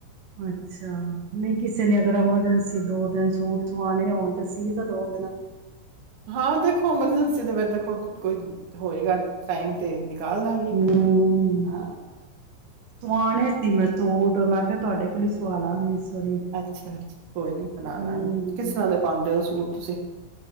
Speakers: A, on the right; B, on the right.
A: ਅੱਛਾ, ਨਹੀਂ ਕਿਸੇ ਨੇ ਅਗਰ ਐਮਰਜੈਂਸੀ ਦੋ-ਤਿੰਨ ਸੂਟ ਸਵਾਣੇ ਹੋਣ ਤੇ ਸੀ ਤਾਂ ਦੋਗੇ ਨਾ
B: ਹਾਂ ਤੇ ਦੇਖੋ, ਐਮਰਜੈਂਸੀ ਦੇ ਦੇਖੋ ਕੋਈ ਹੋਏਗਾ, ਟਾਈਮ ਤੇ ਕਰ ਦਾਗੀ।
A: ਹੂੰ।
B: ਹਾ।
A: ਸਵਾਣੇ ਸੀ, ਮੈਂ ਸੂਟ ਮੈਂ ਕਿਹਾ, ਤੁਹਾਡੇ ਕੋਲ ਹੀ ਸਵਾ ਲਾਂਗੀ। ਵਾਰੀ
B: ਅੱਛਾ-ਅਛਾ ਕੋਈ ਨੀ ਬਣਾ
A: ਹੂੰ
B: ਦਾਗੇ, ਕਿਸ ਤਰ੍ਹਾਂ ਦੇ ਪਾਉਂਦੇ ਹੋ ਸੂਟ ਤੁਸੀਂ?